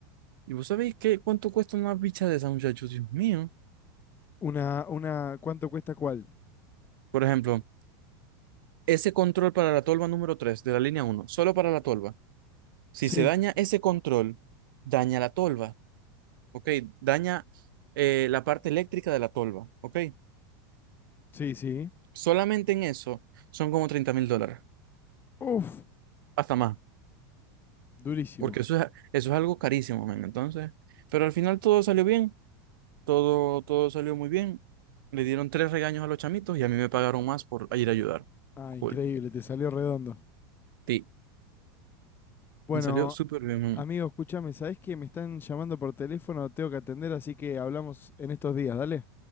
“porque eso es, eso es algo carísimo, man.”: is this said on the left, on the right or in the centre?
Right